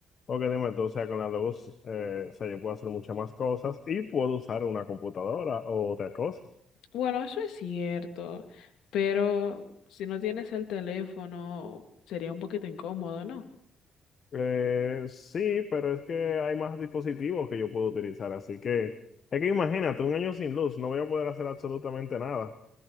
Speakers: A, on the left; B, on the left.
A: Porque dime tú, o sea, con la luz, eh, o sea, yo puedo hacer muchas más cosas y puedo usar una computadora o otra cosa.
B: Bueno, eso es cierto, pero si no tienes el teléfono, sería un poquito incómodo, ¿no?
A: Eh, sí, pero es que hay más dispositivos que yo puedo utilizar, así que es que imagínate, un año sin luz, no voy a poder hacer absolutamente nada.